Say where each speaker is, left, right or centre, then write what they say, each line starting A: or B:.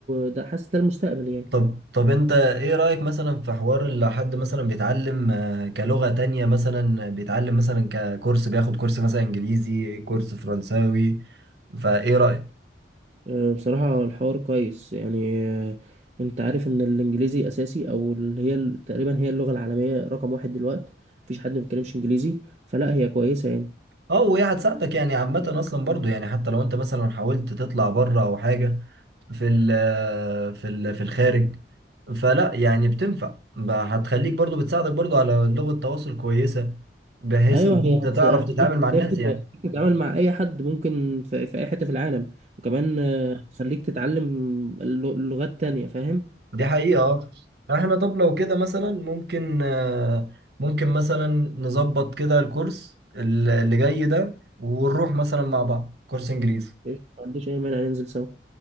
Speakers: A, on the right; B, on the right.
A: ده حاسس ده المستقبل يعني
B: طب طب انت ايه رأيك مثلا في حوار اللي حد مثلا بيتعلم آه، كلغة تانية مثلا بيتعلم مثلا ككورس بياخد كورس مثلا انجليزي كورس فرنساوي فايه رأيك
A: آه، بصراحة الحوار كويس يعني آه، انت عارف ان الانجليزي اساسي او اللي هي ال- تقريبا هي اللغة العالمية رقم واحد دلوقتي مفيش حد ما بيتكلمش انجليزي فلا هي كويسة يعني
B: اه وهي هتساعدك يعني عامة اصلا برضو يعني حتى لو انت مثلا حاولت تطلع بره او حاجة في ال في ال في الخارج فلا يعني بتنفع ب- هتخليك برضو بتساعدك برضو على لغة تواصل كويسة بحيث
A: ايوه
B: ان انت
A: هي هت-
B: تعرف
A: هتخليك
B: تتعامل مع
A: تسافر
B: الناس يعني
A: وهتخليك تتعامل مع اي حد ممكن في, في اي حته في العالم وكمان آه، هتخليك تتعلم الل- لغات تانية فاهم
B: دي حقيقة اه يعني احنا طب لو كده مثلا ممكن آه، ممكن مثلا نظبط كده الكورس ال- اللي جاي ده ونروح مثلا مع بعض كورس انجليزي
A: قشطة، ما عنديش اي مانع ننزل سوا